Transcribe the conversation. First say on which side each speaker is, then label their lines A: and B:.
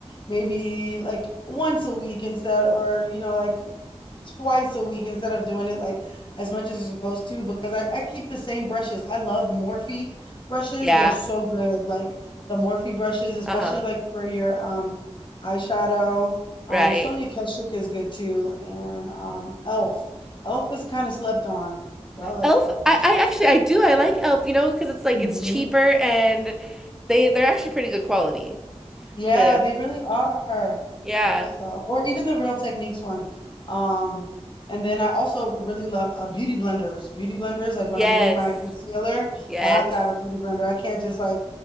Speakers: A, on the left (about 45°); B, in the centre.
A: maybe like once a week instead, or you know, like twice a week instead of doing it like as much as you're supposed to because I, I keep the same brushes. I love Morphe brushes.
B: Yeah.
A: They're so good. Like the Morphe brushes, especially
B: Uh-huh.
A: like for your um eyeshadow.
B: Right.
A: Um Sonia Keshik is good too. And um Elf. Elf is kind of slept on, but I like
B: Elf.
A: Elf brushes.
B: I I actually I do I like Elf. You know, because it's like
A: hmm
B: it's cheaper and they they're actually pretty good quality.
A: Yeah,
B: But um,
A: they really are.
B: yeah.
A: So, or even the Real Techniques one. Um, and then I also really love uh, beauty blenders. Beauty blenders, like when
B: Yes.
A: I'm doing my concealer,
B: Yes.
A: I have to have a beauty blender. I can't just like